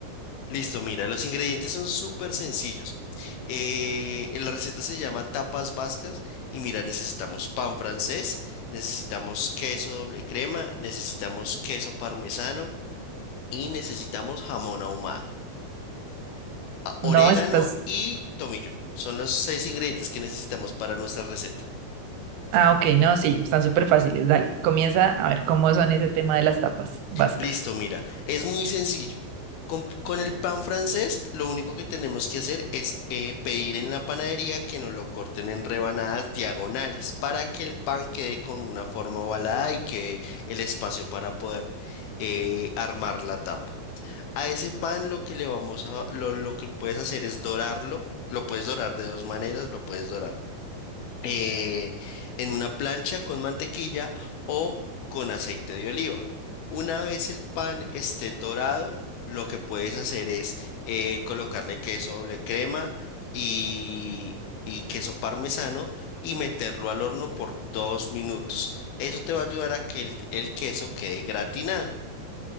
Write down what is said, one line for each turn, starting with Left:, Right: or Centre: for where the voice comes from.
Left: Listo, mira, los ingredientes son súper sencillos. Eh, la receta se llama tapas vascas y mira, necesitamos pan francés, necesitamos queso doble crema, necesitamos queso parmesano y necesitamos jamón ahumado, a-
Right: No,
Left: orégano
Right: estás...
Left: y tomillo. Son los seis ingredientes que necesitamos para nuestra receta.
Right: Ah, ok, no, sí, están súper fáciles. Dale, comienza a ver cómo son ese tema de las tapas vascas.
Left: Listo, mira, es muy sencillo. Con, con el pan francés, lo único que tenemos que hacer es eh, pedir en la panadería que nos lo corten en rebanadas diagonales para que el pan quede con una forma ovalada y quede el espacio para poder eh, armar la tapa. A ese pan lo que le vamos a, lo, lo que puedes hacer es dorarlo. Lo puedes dorar de dos maneras, lo puedes dorar eh, en una plancha con mantequilla o con aceite de oliva. Una vez el pan esté dorado, lo que puedes hacer es eh, colocarle queso doble crema y, y queso parmesano y meterlo al horno por dos minutos. Eso te va a ayudar a que el el queso quede gratinado.